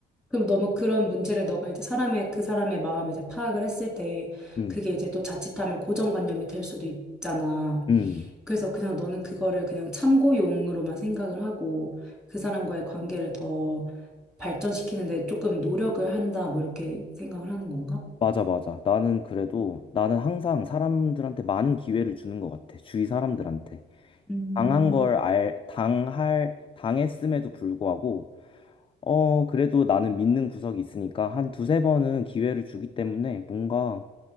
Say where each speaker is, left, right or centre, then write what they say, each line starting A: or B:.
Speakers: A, in the centre; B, on the left.
A: 그럼 너무 그런 문제를 너가 이제 사람의 그 사람의 마음을 이제 파악을 했을 때
B: 음,
A: 그게 이제 또 자칫하면 고정관념이 될 수도 있잖아.
B: 음.
A: 그래서 그냥 너는 그거를 그냥 참고용으로만 생각을 하고 그 사람과의 관계를 더 발전시키는데 조금 노력을 한다, 뭐 이렇게 생각을 하는 건가?
B: 맞아, 맞아. 나는 그래도, 나는 항상 사람들한테 많은 기회를 주는 것 같아. 주위 사람들한테.
A: 음,
B: 당한 걸 알, 당할, 당했음에도 불구하고, 어, 그래도 나는 믿는 구석이 있으니까 한 두세 번은 기회를 주기 때문에 뭔가,